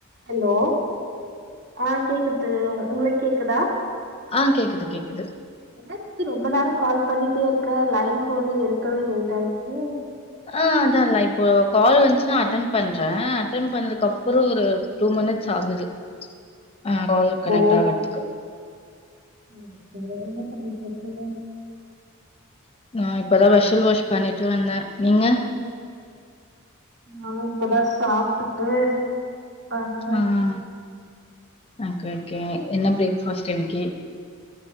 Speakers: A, on the right; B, on the left.
A: Hello ஆ கேக்குது உ உங்ளுக்கு கேக்குதா
B: ஆ கேக்குது கேக்குது
A: என்னாச் ரொம்ப நேரொ கால் பண்ணிட்டேருக்கே லைன் போது எடுக்கவே லேட்டாயிடுச்சு
B: ஆ அதா இல்ல இப்போ ஒ கால் வந்துச்சுன்னா அட்டன் பண்றே அட்டன் பண்ணதுக்கு அப்ற ஒரு டூ மினிட்ஸ் ஆகுது ஆ கால் கனெக்ட்
A: போ
B: ஆகறதுக்கு
A: சரி ச என்ன பண்ணிட்டு இருக்க <unintelligible>
B: <inaudible> இப்ப தா வேஷல் வாஷ் பண்ணிட்டு வந்தே நீங்க
A: நானு இப்ப தா சாப்ட்டுட்டு வந்தே
B: ம் ம் ஓகே ஓகே என்ன பிரேக ஃபஸ்ட் இன்னைக்கு